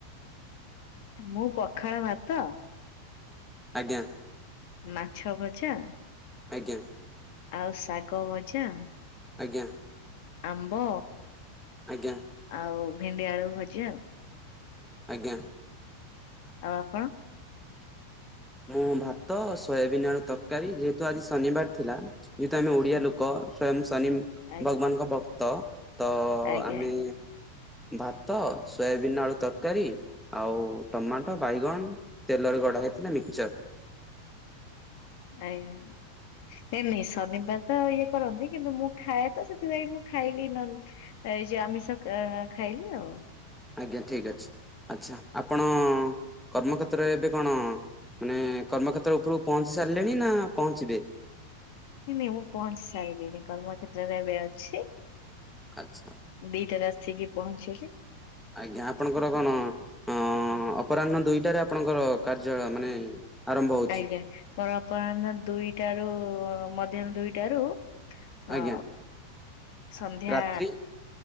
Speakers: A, on the left; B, in the centre.
A: ମୁଁ ପଖାଳ ଭାତ
B: ଆଜ୍ଞା।
A: ମାଛ ଭଜା
B: ଆଜ୍ଞା।
A: ଆଉ ଶାଗ ଭଜା
B: ଆଜ୍ଞା।
A: ଆମ୍ବ।
B: ଆଜ୍ଞା।
A: ଆଉ ଭେଣ୍ଡି, ଆଳୁ, ଭଜା, ଆଉ
B: ଆଜ୍ଞା।
A: ଆଉ ଆପଣ?
B: ମୁଁ ଭାତ ସୋୟାବିନ୍ ଆଳୁ ତରକାରୀ ଯେହେତୁ ଆଜି ଶନିବାର ଥିଲା। ଯେହେତୁ ଆମେ ଓଡିଆ ଲୋକ ସଵୟଂ ସନି
A: ଆଜ୍ଞା
B: ଭଗବାନଙ୍କ ଭକ୍ତ ତ
A: ଆଜ୍ଞା
B: ଆମେ
A: ଆଜ୍ଞା
B: ଭାତ ସୋୟାବିନ୍ ଆଳୁ ତରକାରୀ ଆଉ ଟମାଟୋ ବାଇଗଣ ତେଲରେ ଗ ଖଟା ହେଇଥିଲା ମିକ୍ଚର୍
A: ଆଜ୍ଞା ଏ ନାଇଁ ଶନିବାର ତ ଇଏ କରନ୍ତି କିନ୍ତୁ ମୁଁ ଖାଏ ତ ସେଥିପାଇଁ ମୁଁ ଖାଇଲି ନ ଏଇ ଯୋଉ ଆମିଷ ଖାଇଲି ଆଉ।
B: ଆଜ୍ଞା ଠିକ୍ ଅଛି ଆଛା ଆପଣ କର୍ମକ୍ଷେତ୍ରରେ ଏବେ କଣ ମାନେ କର୍ମକ୍ଷେତ୍ର ଉପରକୁ ପହଞ୍ଚି ସାରିଲେଣି ନା ପହଞ୍ଚିବେ?
A: ନଁ ନାଇଁ ମୁଁ ପହଞ୍ଚି ସାରିଲିଣି କର୍ମକ୍ଷ୍ଟ୍ରତ୍ରରେ ଏବେ ଅଛି।
B: ଖ୍ରଚ।
A: ଦିଇଟାରେ ଆସିକି ପହଞ୍ଚିଲି।
B: ଆଜ୍ଞା ଆପଣଙ୍କର କଣ ହଁ ଅପରାହ୍ନ ଦୁଇଟାରେ ଆପଣଙ୍କର କାଯ୍ୟାଳୟ ମାନେ ଆରମ୍ଭ ହଉଛି
A: ଆଜ୍ଞା ମୋର ଅପରାହ୍ନ ଦୁଇଟା ରୁ ମଧ୍ୟାହ୍ନ ଦୁଇଟାରୁ ହଁ
B: ଆଜ୍ଞା
A: ସନ୍ଧ୍ୟା
B: ରାତ୍ରି